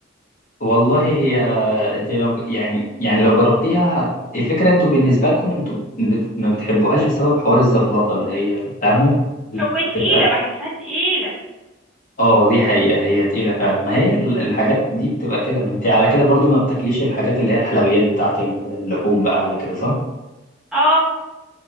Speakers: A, on the left; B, in the centre.
A: والله هي انت لو يعني يعني لو جربتيها هت- الفكره انتوا بالنسبه لكم انتوا بت... ما بتحبوهاش بسبب حوار الزفلطه اللي هي فاهمه اللي
B: وتقيله
A: بتبقى
B: بحسها تقيله
A: اه دي حقيقه هي تقيله فعلا ما هي ال- الحاجات دي بتبقى كده ما انت على كده برضو ما بتاكليش الحاجات اللي هي الحلويات بتاعه ال- اللحوم بقى على كده صح
B: اه